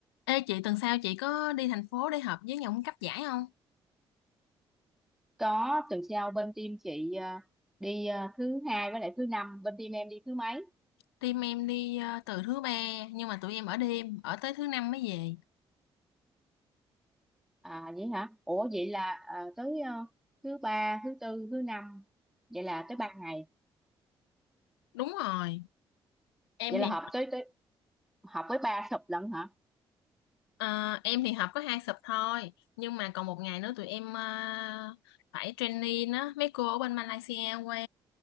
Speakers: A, on the left (about 80°); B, in the centre.
A: Ê chị tuần sau chị có đi thành phố để họp với nhóm cấp giải không?
B: Có tuần sau bên team chị ờ, đi ờ, thứ hai với lại thứ năm, bên team em đi thứ mấy?
A: Team em đi ờ, từ thứ ba nhưng mà tụi em ở đêm ở tới thứ năm mới về.
B: À vậy hả? Ủa vậy là ờ, tới ờ, thứ ba, thứ tư, thứ năm. Vậy là tới ba ngày.
A: Đúng rồi. Em
B: Vậy
A: thì
B: là họp tới tới họp với ba sập lận hả?
A: ờ, em thì họp có hai sub thôi nhưng mà còn một ngày nữa tụi em ờ, phải training á mấy cô ở bên Malaysia qua